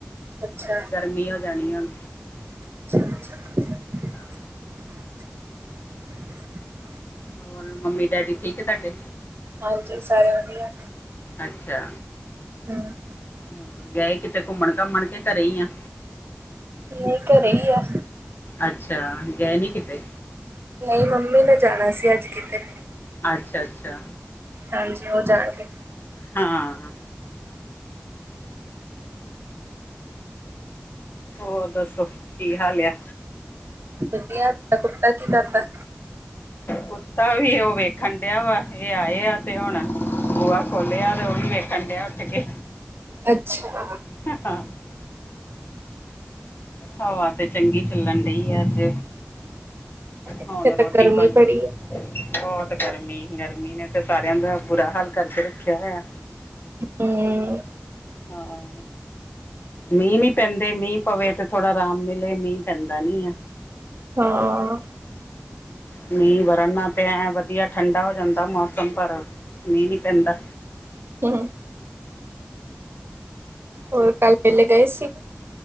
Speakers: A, on the right; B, on the left.
A: ਅੱਛਾ
B: ਫੇਰ ਗਰਮੀ ਹੋ ਜਾਣੀ ਹੁਣ।
A: ਅੱਛਾ।
B: ਹਾਂ ਹੋਰ ਮੰਮੀ- ਡੈਡੀ ਠੀਕੇ ਤੁਹਾਡੇ।
A: ਹਾਂਜੀ ਸਾਰੇ ਵਧੀਆ।
B: ਅੱਛਾ।
A: ਹਮ
B: ਹੋਰ ਗਏ ਕਿਤੇ ਘੁੰਮਣ -ਘਾਮਣ ਕੇ ਘਰੇ ਹੀ ਆਂ।
A: ਨਹੀਂ ਘਰੇ ਹੀ ਆ।
B: ਅੱਛਾ। ਗਏ ਨੀ ਕਿਤੇ?
A: ਨਹੀਂ, ਮੰਮੀ ਨੇ ਜਾਣਾ ਸੀ ਅੱਜ ਕਿਤੇ।
B: ਅੱਛਾ-ਅੱਛਾ
A: ਹਾਂਜੀ ਉਹ ਜਾਣਗੇ।
B: ਹਾਂ। ਹੋਰ ਦੱਸੋ ਕੀ ਹਾਲ ਆ?
A: ਵਧੀਆ ਤਾ ਕੁੱਤਾ ਕੀ ਕਰਦਾ।
B: ਕੁੱਤਾ ਵੀ ਉਹ ਵੇਖਣ ਡਿਆ ਵਾ ਇਹ ਆਏ ਆ ਤੇ ਹੁਣ ਬੁਹਾ ਖੋਲਿਆ ਉਹ ਵੀ ਵੇਖਣ ਡਿਆ ਉੱਠ ਕੇ
A: ਅੱਛਾ।
B: ਹ ਹਾਂ ਹੋਆ ਤੇ ਚੰਗੀ ਚੱਲਣ ਡਹੀ ਆ ਅੱਜ
A: ਇੱਥੇ
B: ਹੁਣ
A: ਤਾਂ
B: ਰੋਟੀ
A: ਗਰਮੀ
B: ਪਾਣੀ
A: ਬੜੀ ਹੈ।
B: ਬਹੁਤ ਗਰਮੀ-ਗਰਮੀ ਨੇ ਤੇ ਸਾਰਿਆਂ ਦਾ ਬੁਰਾ ਹੱਲ ਕਰਕੇ ਰੱਖਿਆ ਹੋਇਆ
A: ਹਮ
B: ਹਾਂ-ਹਾਂ ਮੀਂਹ ਨੀ ਪੈਂਦੇ ਮੀਂਹ ਪਵੇ ਤੇ ਥੋੜਾ ਆਰਾਮ ਮਿਲੇ ਮੀਂਹ ਪੈਂਦਾ ਨੀ ਆ
A: ਹਾਂ।
B: ਮੀਂਹ ਵਰਨਾ ਤੇ ਐ ਵਧੀਆ ਠੰਡਾ ਹੋ ਜਾਂਦਾ ਮੌਸਮ ਪਰ ਮੀਂਹ ਨੀ ਪੈਂਦਾ
A: ਹਮ ਹੋਰ ਕੱਲ ਮੇਲੇ ਗਏ ਸੀ